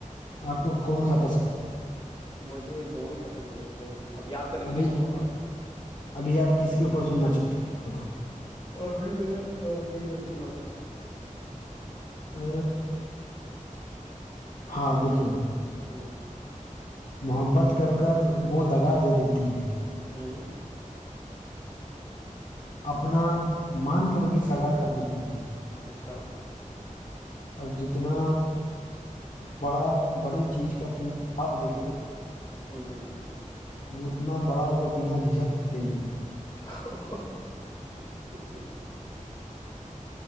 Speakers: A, on the left (about 70°); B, on the left (about 40°).
A: آپ کو کون سا پسند ہے
B: مجھے دونوں پسند ہے بھیا دونوں اب یاد کر رکھیے
A: ابھی
B: دونوں
A: ابھی آپ کس کے اوپر سننا چاہتے ہو یہ بتاؤ
B: ابھی میں میا خلیفہ پ
A: ا ہاں دیکھیے
B: ہوں
A: محبت کر کر وہ دگا دے دیتی ہے
B: ہوں
A: اپنا مان کر بھی سگا کر دیتی ہے
B: اچھا
A: اور جتنا بڑا بڑے چیز کا تم آپ دیکھتے ہو
B: ہوں ہوں
A: وہ اتنا بڑا وہ بنا جھجک کر لے لیتی
B: <unintelligible>